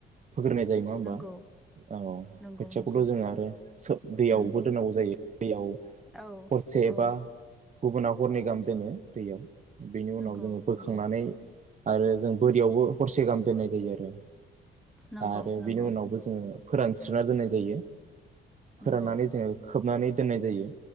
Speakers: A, on the right (about 40°); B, in the centre.
A: फोग्रोनाय जायो नङा होमबा
B: नंगौ
A: औ
B: नंगौ
A: खोथियाखौथ'
B: नंगौ
A: जोङो आरो दैयावबो
B: उम
A: दोननांगौ जायो दैयाव
B: औ
A: हरसे एबा
B: औ
A: गुबुनाव हरनै गाहाम दोनो दैयाव बेनि
B: नंगौ
A: उनाव जोङो बोखांनानै
B: नंगौ।
A: आरो जों बोरियावबो हरसे गाहाम दोननाय जायो आरो।
B: नंगौ
A: आरो
B: नंगौ
A: बेनि उनावबो जोङो। फोरानस्रोना दोननाय जायो।
B: नंगौ
A: फोराननानै जोङो खोबनानै दोननाय जायो